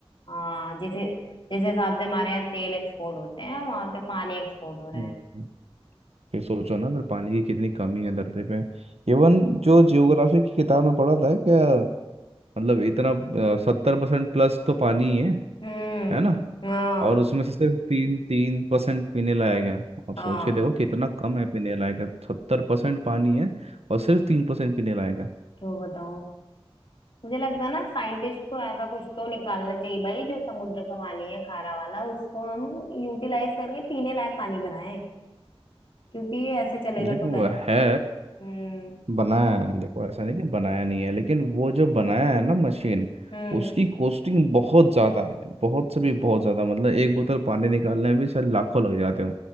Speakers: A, on the left (about 55°); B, on the right (about 85°).
A: हाँ जिस जिस हिसाब से हमारे यहाँ तेल एक्सपोर्ट होते हैं वहां पे पानी एक्सपोर्ट हो रहे
B: हम्म।
A: हैं
B: फिर सोचो ना फिर पानी की कितनी कमी है धरती पे इवन जो जियोग्राफी की किताब में पढ़ा था क्या मतलब इतना सत्तर परसेंट प्लस तो पानी ही है
A: हम्म
B: है ना
A: हाँ
B: और उसमें से सिर्फ तीन तीन परसेंट पीने लायक है आप
A: हाँ
B: सोच के देखो कितना कम है पीने लायक है सत्तर परसेंट पानी है और सिर्फ तीन परसेंट पीने लायक है
A: तो बताओ मुझे लगता है ना साइंटिस्ट को ऐसा कुछ तो निकालना चाहिए भाई जो समुद्र का पानी है खारा वाला उसको हम यूटिलाइज करके पीने लायक पानी बनाएं क्योंकि ऐसे चलेगा
B: देखो
A: तो कैसे
B: वह है
A: हम्म
B: बनाया है देखो ऐसा नहीं कि बनाया नहीं है लेकिन वो जो बनाया है ना मशीन
A: हम्म
B: उसकी कॉस्टिंग बहुत ज़्यादा है बहुत से भी बहुत ज़्यादा मतलब एक बोतल पानी निकालने में भी शायद लाखों लग जाते हो